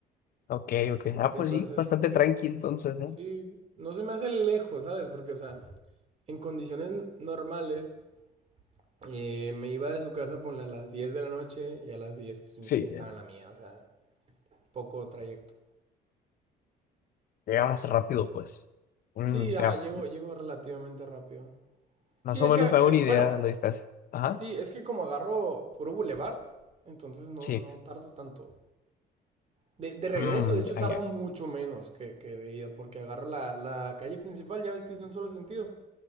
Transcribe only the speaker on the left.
Ok, ok. Ah,
pues sí, bastante tranqui entonces, ¿eh?
Sí,
ya.
llegabas rápido, pues. Mm,
ya.
Más
o menos
me hago
una idea
de la distancia. Ajá.
Sí.
Mm,
ya, ya.